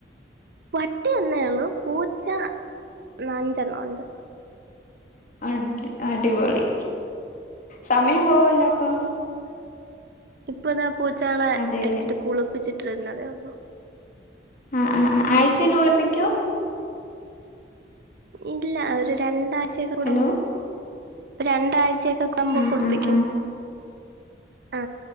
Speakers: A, on the right; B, on the left.
A: പട്ടി ഒന്നേ ഒള്ളു പൂച്ച ന അഞ്ചെണ്ണേ ഉണ്ട്
B: ആഹ് അടിപൊളി സമയം പോവല്ലോ അപ്പൊ
A: ഇപ്പൊതാ പൂച്ചാളെ
B: അതെല്ലേ
A: എടുത്തിട്ട് കുളിപ്പിച്ചിട്ടിരുന്നതേ ഉള്ളൂ
B: ആഹ് ആഹ് ആഴ്ചെല് കുളിപ്പിക്കോ
A: ഇല്ല ഒരു രണ്ടാഴ്ച്ചയൊക്കെ കുടുമ്പോ
B: ഹലോ
A: രണ്ടാഴ്ചയൊക്കെ ആകുമ്പോള്
B: ആ
A: കുളിപ്പിക്കും
B: ആ ആ
A: ആ